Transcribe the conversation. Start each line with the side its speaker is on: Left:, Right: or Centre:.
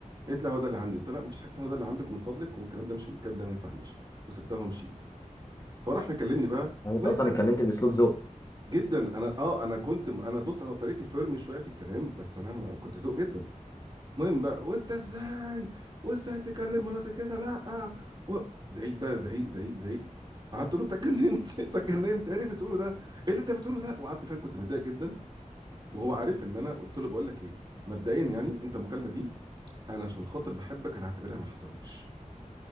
Right: قالت لها هو ده اللي عندي قلت لها مفيش حاجه اسمها هو ده اللي عندك ومن فضلك والكلام ده مش الكلام ده ما ينفعنيش وسبتها ومشيت فراح مكلمني بقى
Left: يعني انت
Right: وانت
Left: اصلا
Right: إز-
Left: اتكلمت باسلوب ذوق
Right: جدا انا اه انا كنت انا بص انا طريقتي فيرم شويه في الكلام بس انا ما- كنت ذوق جدا المهم بقى وانت ازاي وازاي تكلم مراتك كده لا و... زعيق بقى زعيق زعيق زعيق قعدت اقول له انت اتجننت <laughs> انت اتجننت ايه اللي بتقوله ده ايه اللي انت بتقوله ده وقعدت فعلا كنت متضايق جدا وهو عارف ان انا قلت له بقول لك ايه مبدئيا يعني انت المكالمه دي انا عشان خاطر بحبك انا هعتبرها ما حصلتش